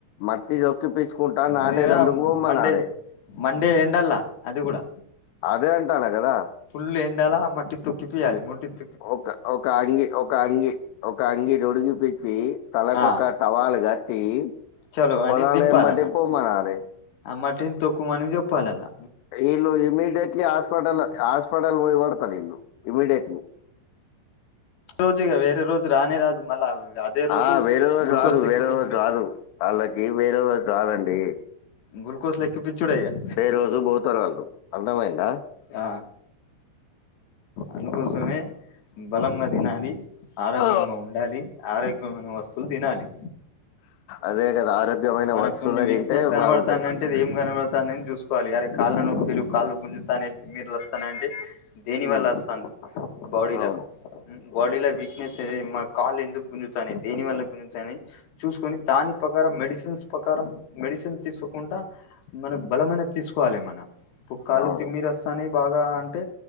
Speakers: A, on the left (about 80°); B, on the left (about 65°).
A: మట్టిలోొక్కి పిచ్చుకుంటా నాటే
B: అది
A: దందుకు బొమ్మ
B: మండే
A: నాడే,
B: మండే ఎండల్ అది కూడా,
A: అదే అంట అల కదా,
B: ఫుల్ ఎండాాల మట్టి తొక్కి పయాలి మట్టిక్
A: ఒక ఒక అంగి ఒక అంగి, ఒక అంగి తొడిగి పచ్చి తలకొక
B: ఆ
A: టవాల్ కట్టి,
B: చలో అ
A: పొలాలు
B: దింపాాలలా
A: ఎంబటి పొమ్మనాలి
B: మట్టిని తక్కు మని జప్పాలలా,
A: ఇల్ ఇమీడయేట్లీ హాస్పిటల్ హాస్పిటల్ పో వడతల ఇల్ ఇమిీడయేట్లీ,
B: రోజు ఇగ వేరే రోజు రానే రాదు మళ్ళా అదే రోజు
A: ఆ వేర వాళ్ళు
B: గ్లూకోస్
A: రారు
B: ఎక్కిపిచ్చుడే
A: వేరు వాళ్లు రారు, వాళ్ళకి వేరలో చదండి,
B: గ్లుూకోజ లేక పిచ్చోడయ్య గా
A: రోజు పోతారాళ్ళు. అర్థమైందా?
B: ఆ, అందుకోసమే బలంగా తినాలి ఆరోగ్యంగా
A: ఆ!
B: ఉ వేండాలి ఆరోగ్యమైన వస్తువులు తినాలి.
A: అదే కదా ఆరోగ్యమైన
B: మనకు
A: వస్తువులు
B: కొన్ని వీక్నెస్
A: తింటే
B: కనబడతానంటే
A: బాగుంటది.
B: ఏం కనబడతుాందని చూసుకోవాలి అరి కాళ్ళ నొప్పిలు కాళ్ళ గుంజుతానే మీరు వస్తాన అంటే, దేని
A: హ్మ్.
B: వల్ళస్తుంది బాడీలా,
A: అవును. హ్మ్.
B: బాడీలో వీక్నెస్ మన కాళ్ళు ఎందుకు, గుంజుతానేయి దేని వల్ల గుంజుతానే, చూసుకొని దాని ప్రకారం మెడిసిన్స్ ప్రకారం మెడిసిన్ తీసుకుండా, మనకు
A: హ్మ్.
B: బలమైనది తీసుకోవాలి మనం ఇప్పుడు కాళ్ళు
A: అవును.
B: తిమ్మ రస్తా అనే బాగా అంటే,